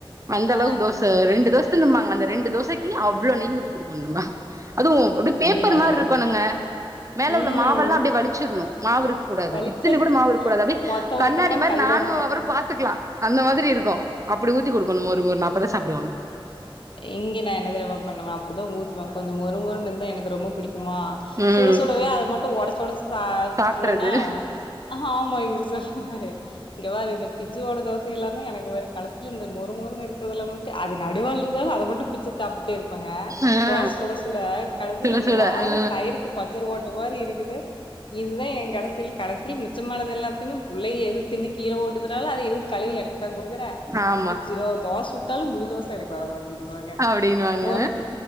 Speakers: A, on the right; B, on the left.
A: அந்தளவுக்கு
B: ஆ
A: தோச ரெண்டு தோச தா திம்பாங்க அந்த ரெண்டு தோசைக்கு அவ்ளோ நெய் ஊத்தி குடுக்கணு நம்ப அதுவு அப்டி பேப்பர்
B: அது நல்லா
A: மார்
B: இருக்கு
A: இருக்கணுங்க மேல
B: ம்
A: உள்ள மாவெல்லா அப்டே வலிச்சர்ணு மாவிருக் கூடாது
B: வலிச்சது
A: இத்தினி கூட மாவு இருக்க கூடாது அப்டே
B: மொத்த
A: கண்ணாடி
B: மொத்தமா
A: மாரி
B: கல்
A: நானு
B: தோசையா
A: அவரு பாத்துக்கலா அந்த மாதிரி இருக்கு அப்படி ஊத்தி குடுக்கணு மொறு மொறுனு அப்பதா சாப்டுவாங்க
B: இங்கே நா என்ன தெரிமா பண்ணுவ அப்டிதா ஊத்துவ கொஞ்ச மொறு மொறுனு இருந்தா எனக்கு ரொம்ப புடிக் குமா
A: ம்
B: சுட சுடவே அத மட்டு ஒடச்சு ஒடச்சு சாப்ட்ருவனா
A: சாப்ட்றது
B: ஆ ஆமா இவுரு சொல்லுவாரு இங்க பாரு இந்த பிஞ்சு போன தோச எல்லாமே எனக்கு வரு கடசில இந்த மொறு மொறுனு இருக்குறதெலா மட்டு அது நடுவால இரு ல அத மட்டு பிச்சி சாப்பிட்டே இரு ப்பங்க
A: ஆ
B: தோச சுட சுட கடசில
A: சுட
B: இங்க
A: சுட
B: வாரு
A: ஆ
B: டயருக்கு பஞ்சர் ஓட்ட மாரி இருக்குது இதுதா எங் கடசில கடைசில மி சும்மானது எல்லாத் தின்னு புள்ளைய எது தின்னு கீழ போட்டுதுனாலு அத எடுத் கழுவி எனக்குத்தா குடுக்குற
A: ஆமா
B: பிச்சிரு தோஸ் சுட் தாலு முழு தோச எனக் வர் இதுவோக
A: அப்டின்னுவாங்க
B: மொறும்